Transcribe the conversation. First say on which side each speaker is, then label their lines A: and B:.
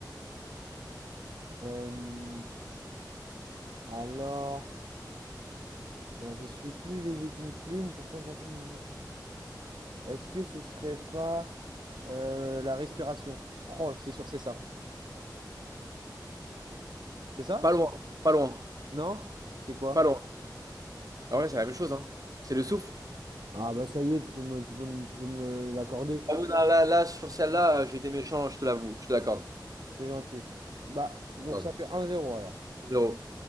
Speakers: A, on the right (about 80°); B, on the right (about 50°).
A: Euh, alors. Alors, je suis plus léger qu'une plume, pourtant personne ne me... Est-ce que ce serait pas euh, la respiration? Oh, c'est sûr, c'est ça. C'est ça?
B: Pas loin, pas loin,
A: Non? C'est quoi?
B: pas loin. Ah ouais, c'est la même chose, hein. C'est le souffle.
A: Ah bah ça y est, tu peux me, tu peux me, tu peux me le- l'accorder.
B: Ah oui, là, là, là, sur celle-là, euh, j'ai été méchant, je te l'avoue, je te l'accorde.
A: C'est gentil. Bah, donc
B: Non,
A: ça fait un zéro alors.
B: Zéro.